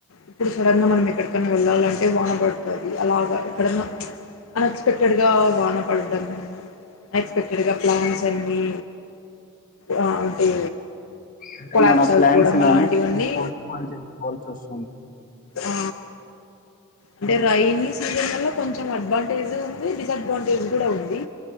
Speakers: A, on the left; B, on the left.
A: ఇప్పుడు సడన్ గా మనం ఎక్కడికన్నా వెళ్ళాలంటే బాన పడుతది అలాగా ఎక్కడన్నా అన్ఎక్స్పెక్టెడ్ గా వానపడడం అన్ ఎక్స్పెక్టెడ్గా ప్లాన్స్ అన్ని ఆ అంటే
B: అంటే
A: కొలాబ్స్
B: మన ప్లాన్స్
A: అయిపోవడం అలాంటివన్నీ
B: అని ఫ ఫన్ చేసుకోవాల్సి వస్తు
A: ఆ అంటే
B: ఆ,
A: రైనిస్ సీజన్ వల్ల కొంచెం అడ్వాంటేజ్ ఉంది డిసడ్వాంటేజ్ కూడా ఉంది